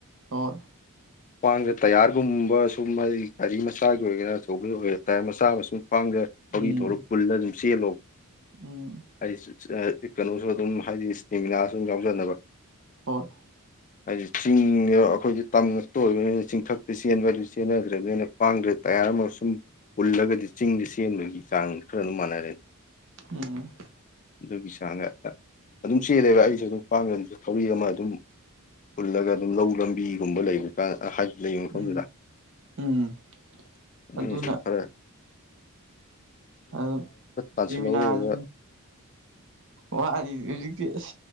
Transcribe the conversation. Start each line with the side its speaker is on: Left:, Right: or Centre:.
Right: ꯑꯣ꯫
Left: ꯈꯋꯥꯥꯡꯗ ꯇꯌꯥꯔꯒꯨꯝꯕ ꯁꯨꯝ ꯒꯥꯔꯤ ꯃꯆꯥꯒꯤ ꯑꯣꯏꯒꯦꯔ ꯑꯆꯧꯕ ꯑꯣꯏꯒꯦ ꯇꯌꯥꯔ ꯃꯆꯥ ꯑꯃꯁꯨꯡ ꯈꯋꯥꯡꯗ꯫ ꯊꯧꯔꯤ
Right: ꯎꯝ
Left: ꯊꯧꯔꯒ ꯄꯨꯜꯂ ꯑꯗꯨꯝ ꯆꯦꯜꯂꯣ꯫
Right: ꯎꯝ꯫
Left: ꯑꯩꯁ ꯀꯩꯅꯣꯁꯨ ꯑꯗꯨꯝ ꯍꯥꯏꯗꯤ ꯏꯁꯇꯦꯃꯤꯅꯥꯁꯨ ꯑꯗꯨꯝ ꯌꯥꯎꯖꯅꯕ꯫
Right: ꯍꯣꯏ꯫
Left: ꯍꯥꯏꯗꯤ ꯆꯤꯡꯗ ꯑꯩꯈꯣꯏꯗꯤ ꯇꯝ꯫ ꯑꯣꯏꯕꯅꯤꯅ ꯆꯤꯡꯊꯛꯇ ꯆꯦꯟꯕ ꯆꯦꯟꯅꯗ꯭ꯔꯕꯅꯤꯅ ꯄꯥꯡꯗ꯭ꯔꯦ ꯇꯥꯏꯌꯥꯔ ꯑꯃ ꯁꯨꯝ ꯄꯨꯜꯂꯒꯗꯤ ꯆꯤꯡꯗꯤ ꯆꯦꯟꯕꯒꯤ ꯆꯥꯡ ꯈꯔ ꯗꯨꯝ ꯃꯥꯟꯅꯔꯦ꯫
Right: ꯎꯝ
Left: ꯑꯗꯨꯒꯤ ꯆꯥꯡꯗ ꯑꯍ ꯑꯗꯨꯝ ꯆꯦꯜꯂꯦꯕ ꯑꯩꯁꯨ ꯑꯗꯨꯝ ꯈꯋꯥꯡꯗ ꯑꯗꯨꯝ ꯊꯧꯔꯤ ꯑꯃ ꯑꯗꯨꯝ꯫ ꯄꯨꯜꯂꯒ ꯑꯗꯨꯝ ꯂꯧ ꯂꯝꯕꯤꯒꯨꯝꯕ ꯂꯩꯕ꯫ ꯑ ꯍꯥꯏ ꯂꯩꯕ ꯃꯐꯝꯗꯨꯗ
Right: ꯎꯝ ꯎꯝ
Left: <unintelligible>
Right: ꯑꯗꯨꯅ
Left: ꯐꯔ
Right: ꯑꯗꯨ ꯏꯁꯇꯦꯃꯤꯅꯥꯗ
Left: ꯇꯥꯟꯁꯤꯜꯍꯧꯔꯒ
Right: ꯋꯥꯔꯤ ꯍꯧꯖꯤꯛꯇꯤ ꯑꯁ꯫